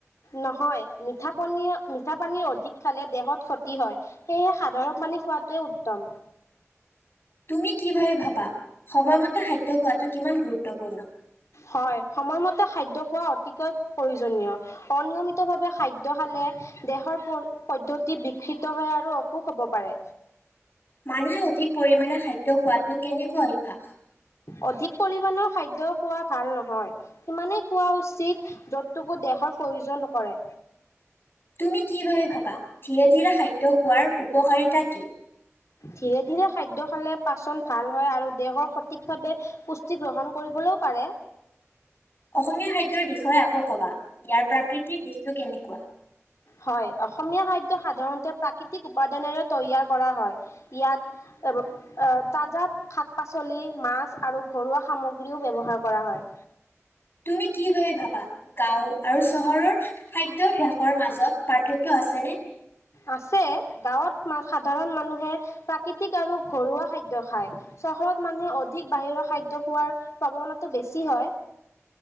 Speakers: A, on the left (about 80°); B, on the left (about 45°).
A: নহয়, মিঠা পনী, মিঠা পানী অধিক খালে দেহত ক্ষতি হয়। সেয়েহে সাধাৰণ পানী খোৱাটোৱে উত্তম।
B: তুমি কি ভাবে ভাবা, সময়মতে খাদ্য খোৱটো কিমান গুৰুত্বপূৰ্ণ?
A: হয়, সময়মতে খাদ্য খোৱা অতিকৈ প্ৰয়োজনীয়। অনিয়মিতভাৱে খাদ্য খালে দেহৰ পদ্ধতি বিকিত হয় আৰু অসুখ হব পাৰে।
B: মানুহে অধিক পৰিমমানে খাদ্য খোৱাটো কেনেকুৱা অভ্যাস?
A: অধিক পৰিমাণেউ খাদ্য খোৱা ভাল নহয়। সিমানেইে খোৱা উচিত যতটকো দেহৰ প্ৰয়োজন কৰে।
B: তুমি কি ভাবে ভাবা, ধীৰে-ধীৰে খাদ্য খোৱাৰ উপকাৰিতা কি?
A: ধীৰে-ধীৰে খাদ্য খালে পাচন ভাল হয় আৰু দেহৰ সঠিকভাৱে পুষ্টি গ্ৰহণ কৰিবলৈও পাৰে।
B: অসমীয়া খাদ্যৰ বিষয়ে আকৌ কবা, ইয়াৰ প্ৰাকৃতিৰ দিশটো কেনেকুৱা?
A: হয়, অসমীয়া খাদ্য সাধাৰণতে প্ৰাকৃতিক উপাদানেৰে তৈয়াৰ কৰা হয়। ইয়াত <unintelligible> তাজা শাক পাচলি, মাছ আৰু ঘৰুৱা সামগ্ৰীও ব্যৱহাৰ কৰা হয়।
B: তুমি কি ভাবে ভাবা, গাঁও আৰু চহৰৰ খাদ্যাভাসৰ মাজত পাঠক্য আছেনে?
A: আছে, গাঁৱত মা সাধাৰণ মানুহে প্ৰাকৃতিক আৰু ঘৰুৱা খাদ্য খায়। চহৰত মানুহে অধিক বাহিৰৰ খাদ্য খোৱাৰ প্ৰাৱনাটো বেছি হয়